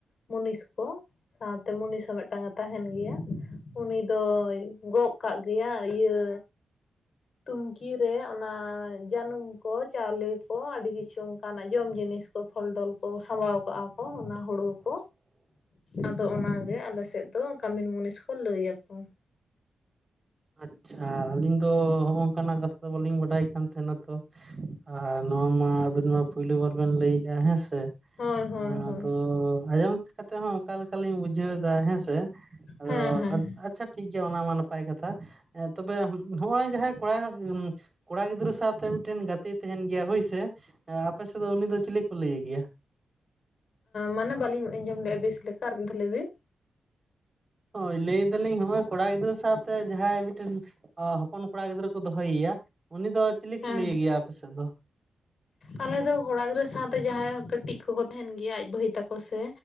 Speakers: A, on the left; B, on the right.
A: ᱢᱩᱱᱤᱥ ᱠᱚ᱾ ᱥᱟᱶᱛᱮ ᱢᱩᱱᱤᱥ ᱦᱚᱸ ᱢᱤᱫᱴᱟᱝᱼᱮ ᱛᱟᱦᱮᱱ ᱜᱮᱭᱟ, ᱩᱱᱤ ᱫᱚᱭ ᱜᱚᱜ ᱠᱟᱜ ᱜᱮᱭᱟ ᱤᱭᱟᱹ ᱛᱩᱝᱠᱤ ᱨᱮ ᱚᱱᱟ ᱡᱟᱹᱱᱩᱢ ᱠᱚ ᱪᱟᱣᱞᱮ ᱠᱚ, ᱟᱹᱰᱤ ᱠᱤᱪᱷᱩ ᱚᱱᱠᱟᱱᱟᱜ ᱡᱚᱢ ᱡᱤᱱᱤᱥ ᱠᱚ ᱯᱷᱚᱞ ᱰᱚᱞ ᱠᱚ, ᱥᱟᱢᱵᱟᱣ ᱠᱟᱜᱼᱟ᱾ ᱚᱱᱟ ᱦᱩᱲᱩ ᱠᱚ ᱟᱫᱚ ᱚᱱᱟᱜᱮ ᱟᱞᱮ ᱥᱮᱫ ᱫᱚ ᱠᱟᱢᱤᱱ ᱢᱩᱱᱤᱥ ᱠᱚ ᱞᱟᱹᱭᱟᱠᱚ᱾
B: ᱟᱪᱪᱷᱟ ᱟᱹᱞᱤᱧ ᱫᱚ ᱦᱚᱜᱼᱚ ᱱᱟᱝᱠᱟᱱᱟᱜ ᱠᱟᱛᱷᱟ ᱫᱚ ᱵᱟᱹᱞᱤᱧ ᱵᱟᱰᱟᱭ ᱠᱟᱱ ᱛᱟᱦᱮᱱᱟ, ᱛᱚ ᱟᱨ ᱱᱚᱣᱟ ᱢᱟ ᱟᱹᱵᱤᱱ ᱢᱟ ᱯᱳᱭᱞᱩ ᱵᱟᱨ ᱵᱮᱱ ᱞᱟᱹᱭᱮᱜᱼᱟ ᱦᱮᱸ ᱥᱮ᱾
A: ᱦᱳᱭ ᱦᱳᱭ
B: ᱟ
A: ᱦᱳᱭ
B: ᱫᱚ ᱟᱸᱡᱚᱢ ᱠᱟᱛᱮᱜ ᱦᱚᱸ ᱚᱠᱟ ᱞᱮᱠᱟᱞᱤᱧ ᱵᱩᱡᱷᱟᱹᱣ ᱮᱫᱟ, ᱦᱮᱸᱥᱮ ᱟᱫᱚ
A: ᱦᱮᱸ ᱦᱮᱸ
B: ᱟᱪᱪᱷᱟ ᱴᱷᱤᱠ ᱜᱮᱭᱟ ᱚᱱᱟ ᱢᱟ ᱱᱟᱯᱟᱭ ᱠᱟᱛᱷᱟ, ᱛᱚᱵᱮ ᱱᱚᱜᱼᱚᱭ ᱡᱟᱸᱦᱟᱸᱭ ᱠᱚᱲᱟ ᱩᱸ ᱠᱚᱲᱟ ᱜᱤᱫᱽᱨᱟᱹ ᱥᱟᱶᱛᱮ ᱢᱤᱫᱴᱮᱱ ᱜᱟᱛᱮᱭ ᱛᱟᱦᱮᱱ ᱜᱮᱭᱟ ᱦᱳᱭᱥᱮ, ᱟᱯᱮ ᱥᱮ ᱫᱚ ᱩᱱᱤ ᱫᱚ ᱪᱤᱞᱤ ᱠᱚ ᱞᱟᱹᱭᱮ ᱜᱮᱭᱟ?
A: ᱢᱟᱱᱮ ᱵᱟᱹᱞᱤᱧ ᱟᱸᱡᱚᱢ ᱞᱮᱼᱟ ᱵᱮᱥ ᱞᱮᱠᱟ ᱟᱨ ᱢᱤᱫᱷᱟ ᱞᱟᱹᱭ ᱵᱤᱱ᱾
B: ᱦᱳᱭ ᱞᱟᱹᱭ ᱮᱫᱟᱞᱤᱧ ᱦᱚᱸᱚᱭ ᱠᱚᱲᱟ ᱜᱤᱫᱽᱨᱟᱹ ᱥᱟᱶᱛᱮ ᱡᱟᱸᱦᱟᱸᱭ ᱢᱤᱴᱮᱱ ᱚ ᱦᱚᱯᱚᱱ ᱠᱚᱲᱟ ᱜᱤᱫᱽᱨᱟᱹ ᱠᱚ ᱫᱚᱦᱚᱭᱮᱭᱟ, ᱩᱱᱤ ᱫᱚ ᱪᱤᱞᱤ
A: ᱦᱮᱸ
B: ᱠᱚ ᱞᱟᱹᱭᱮ ᱜᱮᱭᱟ ᱟᱯᱮ ᱥᱮᱜ ᱫᱚ?
A: ᱟᱞᱮ ᱫᱚ ᱠᱚᱲᱟ ᱜᱤᱫᱽᱨᱟᱹ ᱥᱟᱶᱛᱮ ᱡᱟᱸᱦᱟᱸᱭ ᱠᱟᱹᱴᱤᱡ ᱠᱚᱠᱚ ᱛᱟᱦᱮᱱ ᱜᱮᱭᱟ ᱟᱡ ᱵᱷᱟᱹᱭ ᱛᱟᱠᱚ ᱥᱮ